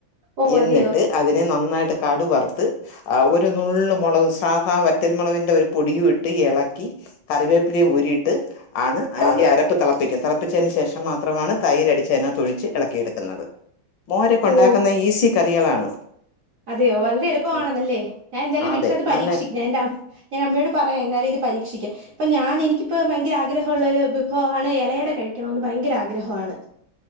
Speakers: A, on the right; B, on the left.
A: ഓ അതെയോ
B: എന്നിട്ട് അതിനെ നന്നായിട്ട് കടു വറുത്ത് ഒരു നുള്ള് മൊളക് സാധാ വറ്റൽ മൊളകിന്റെ ഒരു പൊടിയും ഇ ഇളക്കി കറിവേപ്പിലേം ഊരിയിട്ട് ആണ്
A: അത്
B: ഈ അരപ്പ് തള പ്പിക്കും തിളപ്പിച്ചതിന് ശേഷം മാത്രമാണ് തൈരടിച്ചതിനകത്ത് ഒഴിച്ച് ഇളക്കിയെടുക്കുന്നത്. മോരക്കൊണ്ടാക്കുന്ന
A: ഓ
B: ഈസി കറികളാണ്.
A: അതെയോ വളരെ എളുപ്പആണന്നല്ലേ.
B: ഉം,
A: ഞാൻ എന്തായാലും
B: അതെ
A: വീട്ടിലത് പരീക്ഷിക്ക
B: നല്ല
A: എന്റെ അ ഞാൻ അമ്മയോട് പറയാം എന്നാലും ഇത് പരീക്ഷിക്കാൻ. ഇപ്പൊ ഞാൻ എനിക്കിപ്പോ ഭയങ്കര ആഗ്രഹമുള്ള ഒരു വിഭവമാണ് ഇലയട കഴിക്കണന്ന് ഭയങ്കര ആഗ്രഹമാണ്